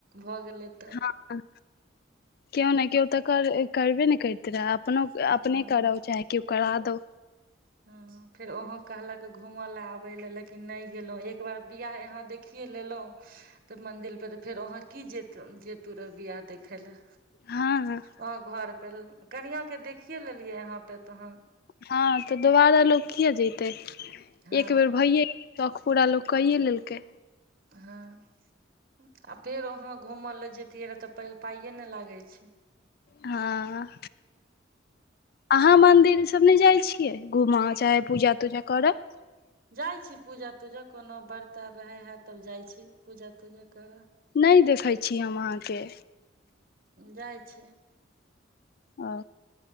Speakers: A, on the right; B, on the left.
A: भऽ गेलै। तऽ
B: हँ कियो ने कियो तऽ कर करबे ने करते रहे। अपनो
A: हँ
B: अपने करै चाहै कियो करा दौ।
A: हँ। फेर ओहो कहलक घूमऽले आबै ले लेकिन नहि गेलहुँ, एकबेर बिआह अहाँ देखिये लेलौं। तऽ मंन्दिर पर तऽ फेर वहाँ की जेतौ जेतू र बियाह देखै लै।
B: हँ हँ
A: हां घर केल कनियाँ के देखिये लेलियै अहाँ त तखन।
B: हँ तऽ दोबारा लोक किए जैतै,
A: हँ
B: एक बेर भइये शख पूरा लोग कैेये लेलकै।
A: हँ आ फेर वहाँ घूमय लए जैतियै रहै तऽ पाइए ने लगै छै।
B: हँ, अहाँ मदिर सब नै जाइ छियै घुमय। चाहे पूजा तूजा करऽ।
A: जाइ छी पूजा तूजा कोनो व्रत आ रहै हइ तब जाइ छी पूजा तूजा करऽ।
B: नै देखै छी हम अहाँके।
A: जाइ छियै।
B: ओ,